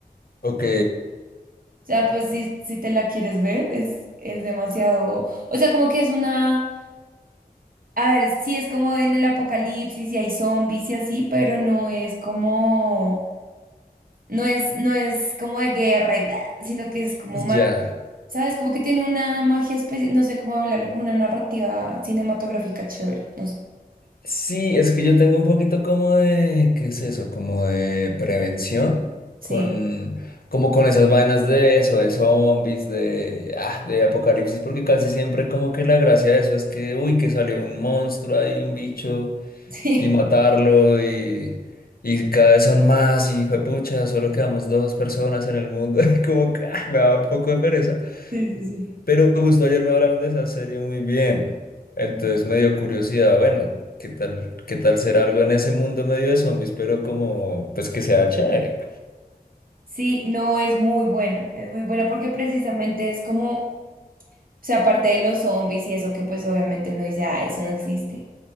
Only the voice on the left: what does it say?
Ok,
ya.
Sí, es que yo tengo un poquito como de, ¿qué es eso? Como de prevención
con, como con esas vainas de eso, de zombies, de, ah, de apocalipsis, porque casi siempre como que la gracia de eso es que, uy, que salió un monstruo ahí, un bicho.
y matarlo
y, y cada vez son más y juepucha, solo quedamos dos personas en el mundo. <laughs> Y como que ah, me da un poco de pereza.
Pero justo ayer me hablaron de esa serie muy bien. Entonces me dio curiosidad, bueno, ¿qué tal, qué tal será algo en ese mundo medio de zombies? Pero como, pues que sea chévere.